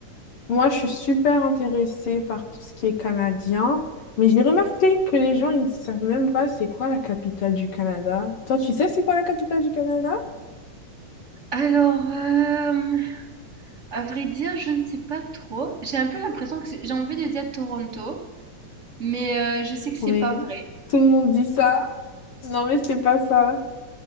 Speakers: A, on the left (about 60°); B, on the right (about 45°).
A: Moi, je suis super intéressée par tout ce qui est canadien, mais j'ai remarqué que les gens, ils ne savent même pas c'est quoi la capitale du Canada. Toi, tu sais c'est quoi la capitale du Canada?
B: Alors, hem, à vrai dire, je ne sais pas trop. J'ai un peu l'impression que c'est j'ai envie de dire Toronto, mais, heu, je sais que
A: Oui.
B: c'est pas vrai.
A: Tout le monde dit ça. Non, mais c'est pas ça.